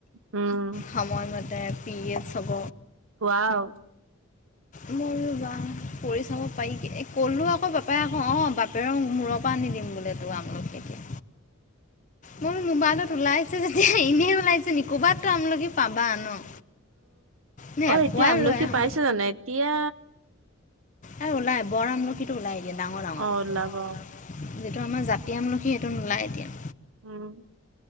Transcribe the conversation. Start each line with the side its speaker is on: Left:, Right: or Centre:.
Right: উম
Left: সময়মতে পি এছ হ'ব
Right: কোৱা
Left: মোৰ বা কৰি চাব ক'লোঁ আকৌ বাপাই আকৌ অঁ বাপেৰেও মূৰৰ পৰা আনি দিম বোলে তো আমলোক কে কে মোৰ মোবাইলত ওলাইছে যেতিয়া এনেই ওলাইছে ন ক'বাতো আমলোকি পাবা ন নে
Right: অ',
Left: এপোৱাই
Right: এতিয়া আমলখি
Left: লৈ আহোঁ
Right: পাইছে জানো এতিয়া
Left: এ ওলাই বৰ আম ল সীটো ওলাই এতিয়া, ডাঙৰ ডাঙৰটো
Right: অ ওলাব
Left: যিটো আমাৰ জাতি আমলখী সেইটো নোলাই এতিয়া
Right: অ',